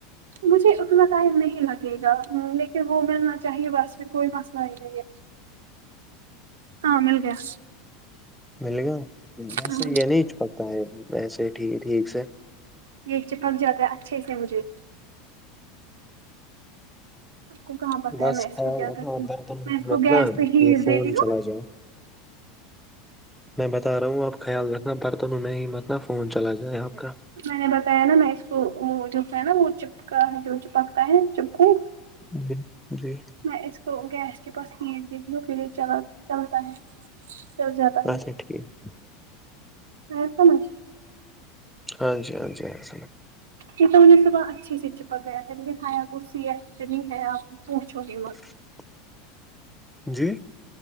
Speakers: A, on the right; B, in the centre.
A: مجھے اتنا ٹائم نہیں لگے گا لیکن وہ ملنا چاہیے بس پھر کوئی مسئلہ ہی نہیں ہے
B: <inaudible>
A: ہاں مل گیا
B: مل گیا ویسے
A: ہاں
B: یہ نہیں چ پکتا ہے ویسے ٹھیک سے
A: یہ چپک جاتا ہے اچھے سے مجھے آپ کو کہاں پتا
B: بس
A: ہے میں اس
B: خیال
A: کو کیا
B: رکھنا
A: کرتی ہوں
B: برتنت
A: میں اس کو گیس
B: ن
A: پہ ہی
B: یہ فون
A: دیتی
B: ہی
A: ہوں
B: چلا جائے <inaudible> میں بتا رہا ہوں آپ خیال رکھنا برتنوں میں ہی مرتنا فون چلا جائے آپ کا
A: میں نے بتایا نا میں اس کو وہ جو ہے نا وہ چپکا ہے جو چپکتا ہے چپکو
B: جی جی <inaudible>
A: میں اس کو گیس کے پاس کھینچ بھیتیی ہوں پریج چلا چلتا ہے چل جاتا ہے
B: اچھا ٹھیک <inaudible>
A: ایسم مجھ <inaudible>
B: ہاں جی ہاں جیل <inaudible>
A: یہ تو مجھے صبح اچھے سے چپک گیا تھا لیکن ہایا کسی ای اتنی ہے آپ پوچھو گے مت
B: <inaudible>
A: <inaudible>
B: جی